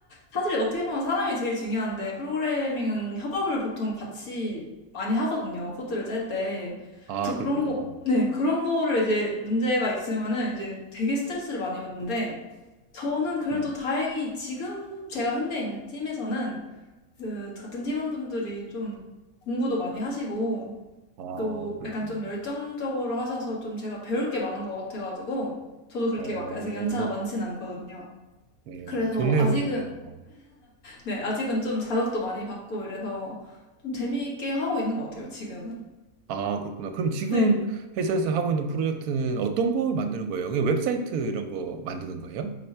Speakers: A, on the left (about 70°); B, on the right (about 80°).
A: 사실 어떻게 보면 사람이 제일 중요한데 프로그래밍은 협업을 보통 같이 많이 하거든요. 코드를 짤 때.
B: 아,
A: 그래서 그런
B: 그렇구나.
A: 거, 네, 그런 거를 이제 문제가 있으면은 이제 되게 스트레스를 많이 받는데 저는 그래도
B: 음.
A: 다행히 지금 제가 현재 있는 팀에서는 그 같은 팀원분들이 좀 공부도 많이 하시고
B: 아,
A: 또
B: 그러시구나.
A: 약간 좀 열정적으로 하셔서 좀 제가 배울 게 많은 것 같아가지고 저도 그렇게
B: 어,
A: 막 아직 연차가
B: 너무,
A: 많진 않거든요.
B: 예,
A: 그래서
B: 좋네요,
A: 아직은
B: 근데. 어.
A: 네 아직은 좀 자극도 많이 받고 이래서 좀 재미있게 하고 있는 것 같아요 지금은.
B: 아, 그렇구나. 그럼 지금
A: 네
B: 회사에서 하고 있는 프로젝트는 어떤 걸 만드는 거예요? 그냥 웹사이트 이런 거 만드는 거예요?